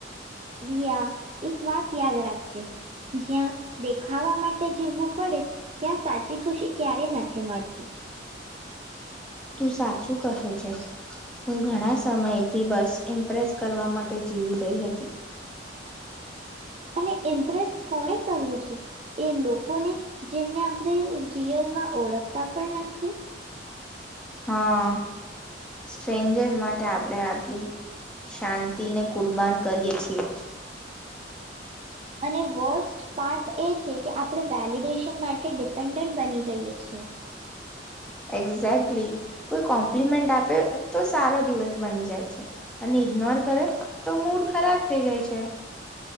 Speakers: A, on the right; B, in the centre.
A: રિયા એક વાત યાદ રાખશે જ્યાં દેખાવા માટે જીવવું પડે ત્યાં સાચી ખુશી ક્યારેય નથી મળતી.
B: તું સાચું કહે છે હું ઘણા સમયથી બસ ઇમ્પ્રેસ કરવા માટે જીવી રહી હતી.
A: અને ઇમ્પ્રેસ કોને કરવું છે એ લોકોને જેમને આપણે રિયલમાં ઓળખતા પણ નથી.
B: હા સ્ટ્રેન્જર્સ માટે આપણેે આપડી શાંતિ ને કુરબાન કરીએ છીએ.
A: અને વર્સ્ટ પાર્ટ એ છે કે આપણે વેલિડેશન માટે ડિપેન્ડન્ટ બની જઈએ છે.
B: એક્ઝેક્ટલી કોઈ કોમ્પ્લિમેન્ટ આપે તો સારો દિવસ બની જાય છે અને ઈગ્નોર કરે તો મૂડ ખરાબ થઈ જાય છે.